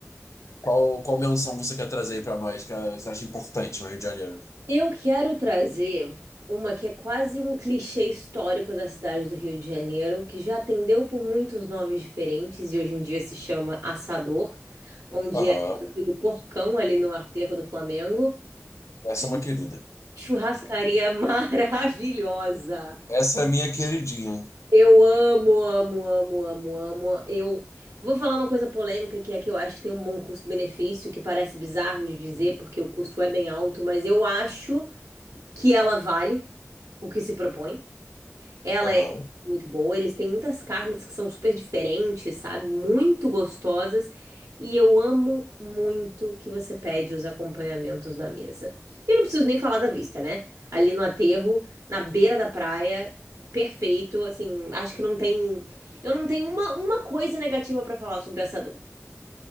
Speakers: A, on the left; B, on the right.
A: Qual, qual menção você quer trazer aí pra nós que eh, você acha importante no Rio de Janeiro?
B: Eu quero trazer uma que é quase um clichê histórico da cidade do Rio de Janeiro, que já atendeu por muitos nomes diferentes e hoje em dia se chama Assador, onde
A: Aham.
B: era do Porcão ali no aterro do Flamengo.
A: Essa
B: Que
A: é uma querida.
B: churrascaria <laughs> maravilhosa!
A: Essa é a minha queridinha.
B: Eu amo, amo, amo, amo, amo. Eu vou falar uma coisa polêmica que é que eu acho que tem um bom custo-benefício, que parece bizarro de dizer, porque o custo é bem alto, mas eu acho que ela vale o que se propõe. Ela
A: Aham.
B: é muito boa, eles têm muitas carnes que são super diferentes, sabe? Muito gostosas. E eu amo muito que você pede os acompanhamentos na mesa. E eu não preciso nem falar da vista, né? Ali no aterro, na beira da praia, perfeito. Assim, acho que não tem. Eu não tenho uma, uma coisa negativa pra falar sobre essa dor.